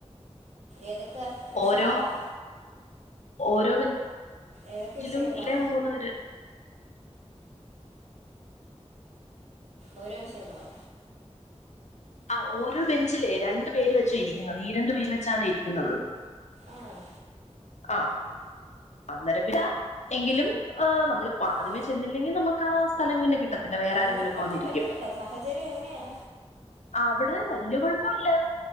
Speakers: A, on the right (about 75°); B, on the left (about 85°).
A: ഏതൊക്കെ വിഷയങ്ങളാ
B: ഓരോ ഓരോ
A: ഏതൊക്കെ
B: ബെഞ്ചിലും
A: വിഷയങ്ങളാ
B: ഇല്ലേ മൂന്ന് പേര്
A: ഓരോ വിഷയങ്ങളോ
B: ആ ഓരോ ബെഞ്ചിലേ രണ്ടു പേര് വെച്ച ഇരിക്കുന്നത് ഈ രണ്ടു പേര് വെച്ചാണ് ഇരിക്കുന്നത്
A: ആഹ്
B: ആഹ് അന്നരപ്പില എങ്കിലും ആ നമ്മളിപ്പോ ആദ്യമേ
A: ആ
B: ചെന്നില്ലെങ്കി നമുക്ക സ്ഥലം പിന്നെ കിട്ടത്തില്ല വേറാരെങ്കിലൊക്കെ
A: നന്നായിട്ട് പഠിക്കാൻ
B: വന്നിരിക്കും
A: പറ്റുന്നുണ്ടോ സാഹചര്യം എങ്ങനെയാ
B: അവിടെ വല്യ കുഴപ്പമില്ല